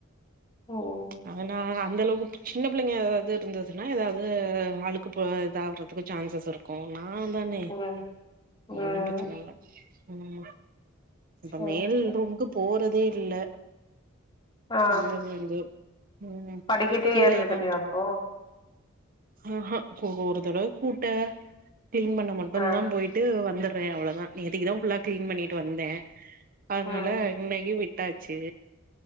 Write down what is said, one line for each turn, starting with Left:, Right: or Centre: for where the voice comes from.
Left: ம்
Right: அதுனால அந்த அளவுக்கு சின்ன பிள்ளேங்க ஏதாவது இருந்ததுன்னா ஏதாவது அழுக்கு ப இதாகறதுக்கு சான்சஸ் இரு இருக்கும் க்கு நா தானே
Left: ம் ம்
Right: ஒன்னு பிரச்சன இல்ல ம் இப்ப
Left: சரி
Right: மேல்
Left: சரி
Right: ரூமுக்கு போறதே இல்ல
Left: ஆ
Right: வந்ததுல இருந்து ம்
Left: படிக்கட்டே
Right: கிழயே
Left: ஏர்றது
Right: தா
Left: இல்லையா
Right: இரு
Left: அப்போ
Right: ஆஹ ஒருதடவ கூட்ட கிளீன் பண்ண மட்டுந்தா
Left: ஆ
Right: போயிட்டு வந்தறே அவ்ளோதா நேத்திக்கிதா ஃபுல்லா கிளீன் பண்ணிட்டு வந்தே அதுனால
Left: ம்
Right: இன்னைக்கி விட்டாச்சு